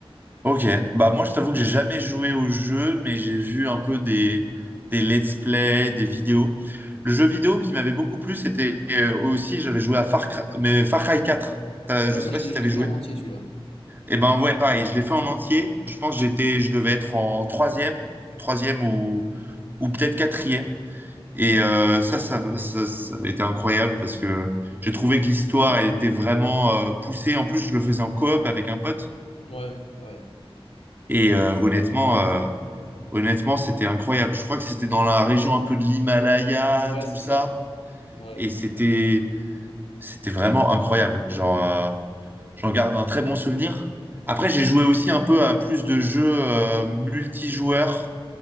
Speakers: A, on the right (about 20°); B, on the left (about 80°).
A: Ok, bah moi je t'avoue que j'ai jamais joué au jeu, mais j'ai vu un peu des, des let's play, des vidéos. Le jeu vidéo qui m'avait beaucoup plu, c'était euh, aussi, j'avais joué à Far Cry, mais Far Cry 4. T'as-
B: Ouais,
A: je
B: moi,
A: sais
B: je
A: pas si
B: l'ai, je
A: t'avais
B: l'ai fait
A: joué.
B: en entier, celui-là.
A: Et ben ouais, pareil, je l'ai fait en entier. Je pense que j'étais, je devais être en troisième, troisième ou, ou peut-être quatrième. Et euh, ça, ça, ça, ça avait été incroyable parce que j'ai trouvé que l'histoire elle était vraiment euh, poussée. En plus, je le faisais en coop avec un pote.
B: Ouais, ouais,
A: Et euh, honnêtement, euh, Honnêtement, c'était incroyable. Je crois que c'était dans la région un peu de l'Himalaya,
B: ouais,
A: tout
B: c'est
A: ça.
B: ça. Ouais,
A: Et c'était, c'était vraiment incroyable. Genre, euh, j'en garde un très bon souvenir. Après, j'ai joué aussi un peu à plus de jeux euh, multijoueurs